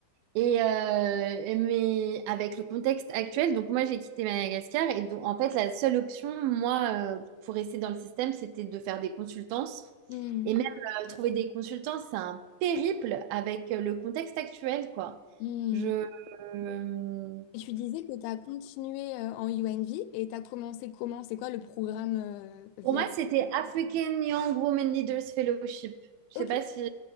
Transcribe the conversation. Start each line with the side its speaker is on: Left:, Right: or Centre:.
Right: et euh, et mais avec le contexte actuel, donc moi j'ai quitté Madagascar et donc en fait la seule option, moi, euh, pour rester dans le système, c'était de faire des consultances.
Left: Mhm,
Right: Et même euh, trouver des consultants, c'est un périple avec euh, le contexte actuel, quoi.
Left: mhm.
Right: Je, euh,
Left: Et tu disais que tu as continué euh, en UNV et tu as commencé comment? C'est quoi le programme euh, via...
Right: pour moi, c'était African Young Women Leaders Fellowship. Je
Left: Ok.
Right: sais pas si,